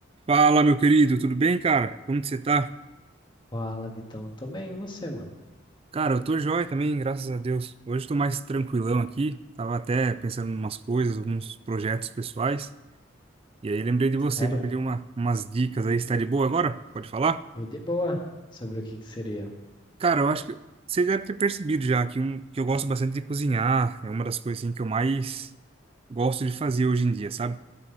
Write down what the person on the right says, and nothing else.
Fala, meu querido, tudo bem, cara? Como que você tá?
Cara, eu tô joia também, graças a Deus. Hoje eu tô mais tranquilão aqui. Tava até pensando em umas coisas, alguns projetos pessoais. E aí lembrei de você
pra pedir uma, umas dicas aí. Você tá de boa agora? Pode falar?
Cara, eu acho que você deve ter percebido já que, um, que eu gosto bastante de cozinhar. É uma das coisas assim, que eu mais gosto de fazer hoje em dia, sabe?